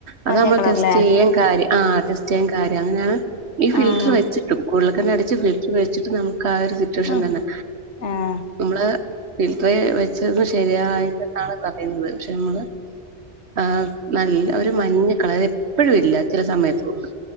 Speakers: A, on the right (about 70°); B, on the left (about 80°).
A: അത്
B: മഞ്ഞ
A: നമ്മള്
B: കളറല്ലേ
A: ടെസ്റ്റേയിം കാര്യം ആ
B: ആഹ്
A: ടെസ്റ്റേയിം കാര്യം എങ്ങനെ ഈ ഫിൽട്ടർ
B: ആഹ്
A: വെച്ചിട്ടും കൂടു പക്കന അട ഫലി്സ് <unintelligible> വെച്ചിട്ട് നമക്ക് ആ ഒരു സിറ്റുവേഷൻ
B: ഉം
A: തന്നെ
B: ആഹ്
A: നമ്മള് ഫിൽറ്റർ വെച്ചത് ശരിയായില്ലെന്നാണ് പറയുന്നത് പക്ഷെ നമ്മള് ആഹ് നല്ല ഒരു മഞ്ഞ കളർ എപ്പോഴും ഇല്ല ചില സമയത്തൊന്ന്